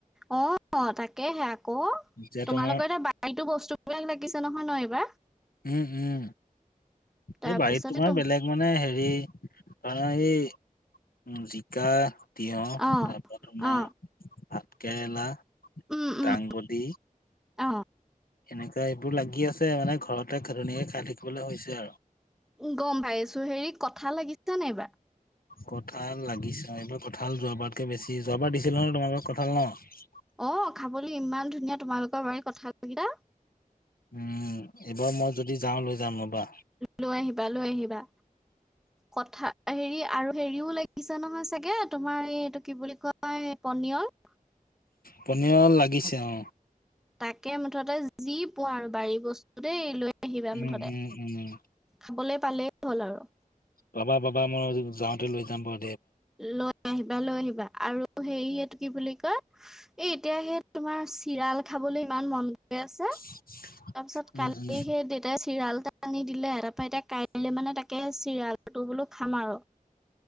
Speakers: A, in the centre; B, on the left.
A: অহ, তাকেহে আকৌ
B: এতিয়া
A: তোমালোকৰ
B: তোমাৰ
A: এতিয়া বাৰীতো বস্তু <unintelligible> লাগিছে নহয় ন' এইবাৰ?
B: উম -উম
A: তাৰপিছতে
B: এই বাৰীত তোমাৰ
A: তুম
B: বেলেগ মানে হেৰি ধৰা এই উম জিকা তিঁয়হ
A: অ
B: তাৰপ তোমাৰ
A: অ
B: ভাতকেৰেলা
A: উম উম
B: দাংবডী
A: অ
B: এনেকা এইবোৰ লাগি আছে মানে ঘৰতে ধুনীয়াকে খাই থাকিবলে হৈছে আৰু।
A: উম, গম পাইছো হেৰি কথা লাগিছে নে এইবাৰ?
B: কঁঠাল লাগিছে এইবাৰ কঁঠাল যোৱা বাৰতকে বেছি যোৱাবাৰ দিছিলো নহয় তোমালোকক কঁঠাল ন'?
A: অহ, খাবলৈ ইমান ধুনীয়া তোমালোকৰ বাৰি কথাল কেইটা
B: উম, এইবাৰ মই যদি যাওঁ লৈ যাম ৰবা।
A: লৈ আহিবা- লৈ আহিবা কথা হেৰি আৰু হেৰিও লাগ পিছা নহয় চাগে তোমাৰ এই এইটো কি বুলি কয় পনিয়ল
B: পনীয়ল লাগিছে অ'।
A: তাকে মুঠতে যি পোৱা আৰু বাৰী বস্তু দেই লৈ আহিবা
B: উম
A: মুঠতে
B: উম উম
A: খাবলৈ পালেই হ'ল আৰু
B: পাবা পাবা মই যাওঁতে লৈ যাম বাৰ
A: লৈ আহিবা লৈ আহিবা আৰু সেৰিয় কি বুলি কয় এ এতিয়া সেই তোমাৰ চিৰাল খাবলৈ ইমান মন গৈ আছে।
B: <inaudible>
A: তাৰপিছত কালি
B: উম উম
A: সেই দেউতাই চিৰাল এটা আনি দিলে তাৰ পৰা এতিয়া কাইলে মানে তাকে চিৰালটো বোলো সামাৰক